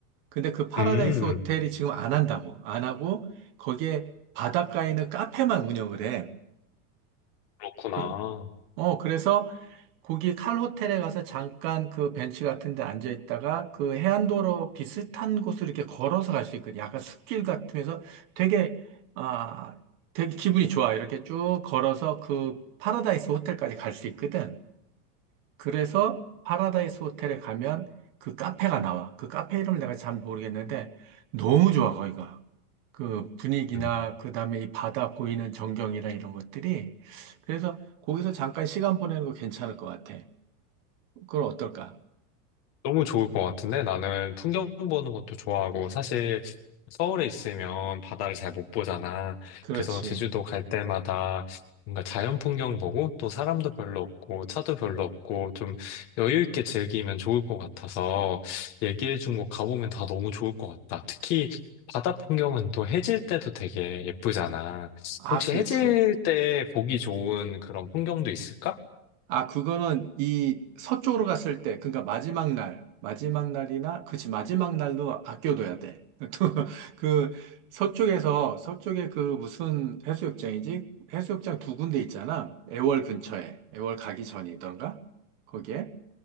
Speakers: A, on the right; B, on the left.
A: 근데 그 파라다이스
B: 음,
A: 호텔이 지금 안 한다고. 안 하고 거기에 바닷가에 있는 카페만 운영을 해.
B: 그렇구나.
A: 그래. 어, 그래서 거기 칼 호텔에 가서 잠깐 그 벤치 같은 데 앉아 있다가 그 해안도로 비슷한 곳을 이렇게 걸어서 갈 수 있거든요. 약간 숲길 같으면서 되게, 아, 되게 기분이 좋아. 이렇게 쭉 걸어서 그 파라다이스 호텔까지 갈 수 있거든. 그래서 파라다이스 호텔에 가면 그 카페가 나와. 그 카페 이름을 내가 잘 모르겠는데 너무 좋아, 거기가. 그 분위기나
B: 음.
A: 그 다음에 이 바다 보이는 전경이나 이런 것들이. 그래서 거기서 잠깐 시간 보내는 거 괜찮을 것 같아. 그걸 어떨까?
B: 너무 좋을 것 같은데 나는 풍경 보는 것도 좋아하고 사실 서울에 있으면 바다를 잘 못 보잖아.
A: 그렇지.
B: 그래서 제주도 갈 때마다 뭔가 자연 풍경 보고 또 사람도 별로 없고 차도 별로 없고 좀 여유 있게 즐기면 좋을 것 같아서 얘기해 준 곳 가보면 다 너무 좋을 것 같다. 특히 바다 풍경은 또 해질 때도 되게 예쁘잖아.
A: 아,
B: 혹시
A: 그렇지.
B: 해질 때 보기 좋은 그런 풍경도 있을까?
A: 아, 그거는 이 서쪽으로 갔을 때, 그러니까 마지막 날, 마지막 날이나, 그렇지, 마지막 날로 아껴둬야 돼. <laughs> 또 그 서쪽에서, 서쪽에 그 무슨 해수욕장이지? 해수욕장 두 군데 있잖아. 애월 근처에, 애월 가기 전이던가? 거기에.